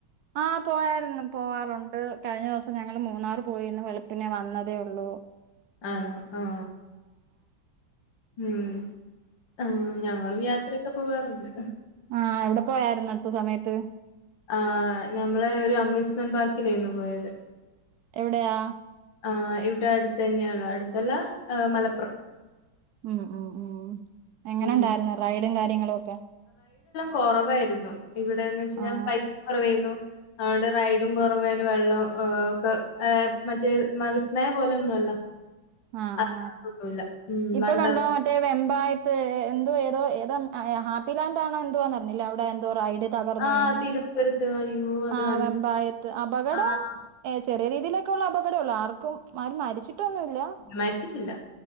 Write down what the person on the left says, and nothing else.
ആണോ ആ ഉം ആ ഞങ്ങളും യാത്രയൊക്കെ പോവാറുണ്ട്
ആ ഞമ്മളെ ഒരു അമ്യൂസ്മെന്റ് പാർക്കിലേ രുന്നു പോയത്
ആ ഇവിടെ അടുത്തന്നെയാ <unintelligible> അടുത്തല്ല ആ മലപ്പുറം
ഉം.
കൊറവേരുന്നു ഇവിടേന്ന് വെച്ച് <unintelligible>
പൈ <unintelligible> കൊറവേര്ന്നു <unintelligible> റൈഡും കൊറവേര്‌ന്ന്‌ വെള്ളും ഒ ഒക്കെ ഏ മറ്റേ മ വിസ്മയ പോലെ ഒന്നും അല്ല
അത്രക്കൊന്നുല്ല.
ഉം
വണ്ടർലാ
ആഹ്
തിരുവനന്തപുരത്ത് അയ്യോ അത്
കണ്ട്.
ആഹ്
മരിച്ചിട്ടില്ല.